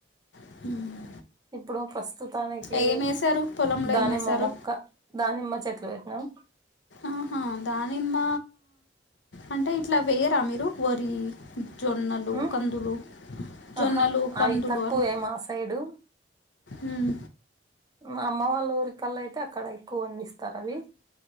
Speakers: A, on the left (about 80°); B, on the right (about 20°).
A: మ్మ్
B: ఇప్పుడు ప్రస్తుతానికి
A: ఏమేశారు పొలంలో
B: దానిమ్మ
A: ఏమేశారు?
B: మొక్క దానిమ్మ చెట్లు పెట్నాం
A: ఆహా దానిమ్మ అంటే ఇట్ల వేయరా మీరు వరి జొన్నలు
B: ఉమ్
A: కందులు జొన్నలు
B: ఆహా అవి
A: కందులు
B: తక్కువే
A: అలా
B: మా సైడు
A: ఉమ్
B: మా అమ్మ వాళ్ళ ఊరికల్లా అయితే అక్కడ ఎక్కువ పండిస్తారు అవి